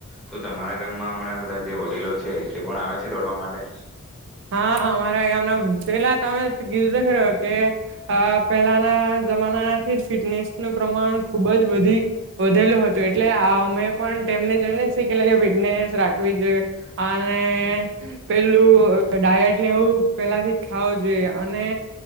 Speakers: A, in the centre; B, on the right (about 55°).
A: શું તમારા ગામમાં હમણાં બધા જે વડીલો છે, તે પણ આવે છે દોડવા માટે!?
B: હા. અમારા ગામના પેલા તમે કીધું ખરૂ કે પેલાના જમાનાથી જ ફિટનેસ નું પ્રમાણ ખુબ જ વધી વધેલું હતું એટલે અમે પણ તેમને જોઈને, કે ફિટનેસ રાખવી જોઈએ અને પેલું ડાયટને એવું પેલાથી ખાવું જોઈએ અને